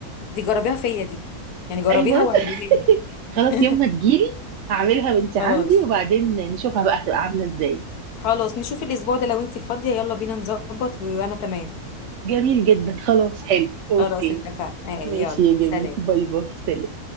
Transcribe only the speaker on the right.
ايوه
<laughs> خلاص
يوم ما تجيلي هعملها وانت عندي
وبعدين نشوفها بقى هتبقى عامله ازاي
جميل جدا خلاص حلو اوكي
ماشي يا جميل
باي باي سلام